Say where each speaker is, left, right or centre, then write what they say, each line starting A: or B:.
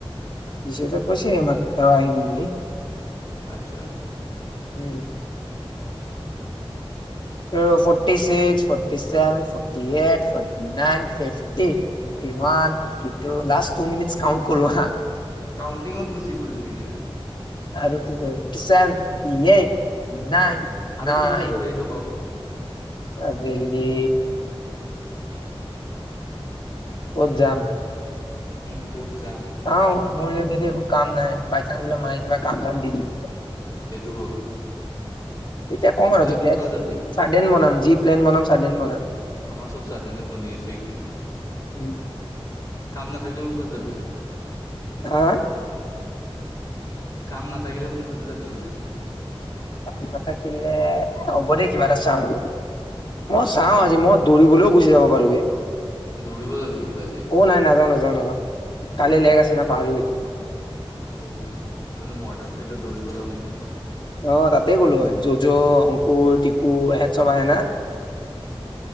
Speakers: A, on the left (about 50°); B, on the left (about 35°).
A: নিচদৌ কৈছে এ মাত্ৰ আহিম বুলি।
B: আচ্ছা।
A: উম। ৰ ফৌৰটি চিক্স ফট। Forty seven, forty eight, forty nine, fifty, fifty one, fifty two last two minute count কৰো হা?
B: কাউণ্টিংত গুছি গলি নেকি এ,
A: আৰু কি কয় ফিফটি চেভেন, এইত নাইন,
B: আবেলি
A: নাইন
B: কোনফালে যাবি সেইটো ক?
A: আবেলি, ক'ত যাম?
B: উম। ক'ত যাম,
A: চাও মোৰ ইয়াত যদি একো কাম নাই বাই চানস বোলে মায়ে কিবা কাম চাম দি দিয়ে,
B: সেইটো হয়।
A: তেতিয়া কম আৰু তেতিয়ায়ে
B: কোনফালে
A: কম
B: যাবি?
A: চাডেন বনাম। যি প্লেন বনাম চাডেন বনাম।
B: আমাৰ চব চাডেনে বনি আছে এইদিন।
A: উম
B: কাম নাথাকিলে কত যাবি।
A: হা।
B: কাম নাথাকিলে কোনফালে যাবি ওলাই?
A: কাম নাথাকিলে এ হ'ব দে কিবা এটা চাওঁ আৰু। মই
B: আচ্ছা
A: চাও আজি মই দৌৰিবলৈও গৈ। যি আমক পাৰোগে।
B: দৌৰিব যাবি নে কিবা আজি?
A: নাই নাযাওঁ নাযাওঁ অ।
B: ক'ত
A: কালি লেগ আছে ন পাহৰি গৈছোঁ।
B: অ মই যে মৰ্দান। ফিলদত দৌৰিব যাও নেকি?
A: অ ৰাত। <unintelligible> কুৰ, তিপু ইহঁত চব আহে না?